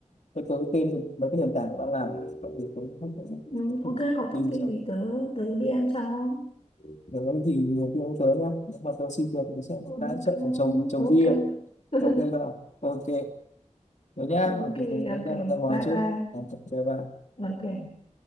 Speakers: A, on the left; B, on the left.
A: cho tôi tên mấy cái nền tảng cậu đang làm thì tôi cũng- cũng-
B: ừ,
A: cũng-
B: ok có
A: tìm
B: thông tin
A: xem
B: gì tớ tớ DM sau
A: Để nói gì nhiều khi ông tới nhá nếu mà tôi xin được thì tôi sẽ
B: Ừ, ok
A: hái chất ở trồng trồng bia
B: ok <laughs>
A: ok vào ok thế nhá
B: ok
A: ok tôi tôi
B: ok
A: ra ra ngoài
B: bye
A: trước
B: bye
A: ok bye bye
B: ok